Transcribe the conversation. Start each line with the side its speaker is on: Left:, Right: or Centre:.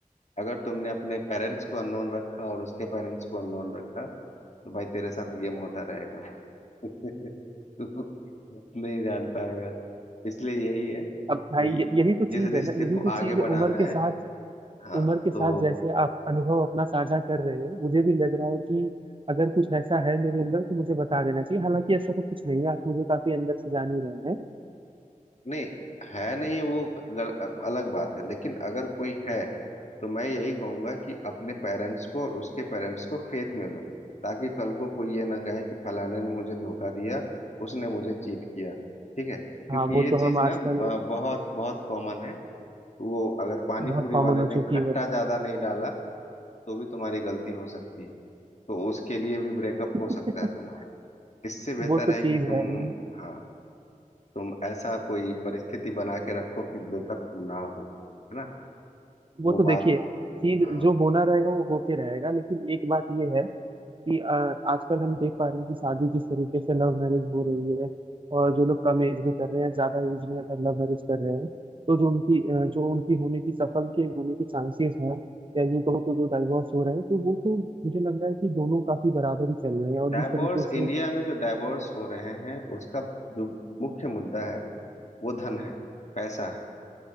Left: अगर तुमने अपने पेरेंट्स को अननोन रखा और उसके पेरेंट्स को अननोन रखा तो भाई तेरे साथ गेम होता रहेगा <laughs> तू नहीं जान पाएगा इसलिए यही है
Right: अब
Left: कि
Right: भाई ये- यही तो चीज
Left: इस रिश्ते
Right: है ना यही
Left: को
Right: तो चीज
Left: आगे बढ़ाना
Right: है उम्र के साथ
Left: है हाँ
Right: उम्र के साथ
Left: तो
Right: जैसे आप अनुभव अपना साझा कर रहे हैं मुझे भी लग रहा है कि अगर कुछ ऐसा है मेरे अंदर तो मुझे बता देना चाहिए हालांकि ऐसा तो कुछ नहीं है आप मुझे काफी अंदर से जान ही रहे हैं
Left: नहीं है नहीं वो गल, अलग बात है लेकिन अगर कोई है तो मैं यही कहूंगा कि अपने पेरेंट्स को और उसके पेरेंट्स को फेथ में लो ताकि कल को कोई ये ना कहे कि फलाने ने मुझे धोखा दिया उसने मुझे चीट किया ठीक है क्योंकि
Right: हाँ वो
Left: ये चीज
Right: तो हम
Left: ना
Right: आजकल
Left: ब- बहुत बहुत कॉमन है वो अगर पानी
Right: बहुत
Left: पूरी
Right: कॉमन
Left: वाले
Right: हो
Left: ने
Right: चुकी
Left: खट्टा
Right: है
Left: ज्यादा नहीं डाला तो भी तुम्हारी गलती हो सकती है तो उसके लिए भी ब्रेकअप हो सकता
Right: <laughs>
Left: है तुम्हारा इससे बेहतर
Right: वो तो
Left: है
Right: चीज
Left: कि तुम
Right: है ही।
Left: हाँ तुम ऐसा कोई परिस्थिति बना के रखो कि ब्रेकअप ना हो है ना
Right: वो
Left: वो
Right: तो देखिए
Left: बात
Right: चीज
Left: हाँ
Right: जो होना रहेगा वो होके रहेगा लेकिन एक बात ये है कि अ, आजकल हम देख पा रहे हैं कि शादी जिस तरीके से लव मैरिज हो रही है और जो लोग कम एज में कर रहे हैं ज्यादा एज में अगर लव मैरिज कर रहे हैं तो जो उनकी अ, जो उनकी होने की सफल के होने की चांसेस हैं या यूं कहो तो जो डाइवोर्स हो रहे हैं तो वो तो मुझे लग रहा है कि दोनों काफी बराबर ही चल रहे हैं और
Left: डाइवोर्स
Right: जिस तरीके से
Left: इंडिया में जो डाइवोर्स हो रहे हैं उसका जो मुख्य मुद्दा है वो धन है पैसा है